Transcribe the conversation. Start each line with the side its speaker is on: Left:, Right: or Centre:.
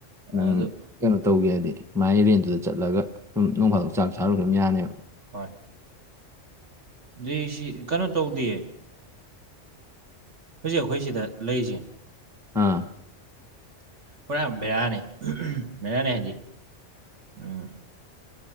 Centre: ꯅꯪ
Right: ꯑꯗꯨ
Centre: ꯀꯩꯅꯣ ꯇꯧꯒꯦ ꯍꯥꯏꯗꯤ ꯃꯥꯥꯏ ꯔꯦꯟꯖꯇꯨꯗ ꯆꯠꯂꯒ ꯁꯨꯝ ꯅꯣꯡꯐꯥꯗꯣꯛ ꯆꯥꯛ ꯆꯥꯔꯨꯔ ꯁ ꯑꯗꯨꯨꯝ ꯌꯥꯅꯦꯕ
Right: ꯍꯣꯏ ꯑꯗꯨꯏ ꯁꯤ ꯀꯩꯅꯣ ꯇꯧꯗꯦ ꯍꯧꯖꯤꯛ ꯑꯩꯈꯣꯏ ꯁꯤꯗ ꯂꯩꯔꯤꯁꯦ
Centre: ꯑꯥ
Right: ꯄꯨꯔꯥ ꯕꯦꯔꯥꯅꯦ ꯕꯦꯔꯥꯅꯦ ꯍꯥꯏꯗꯤ ꯎꯝ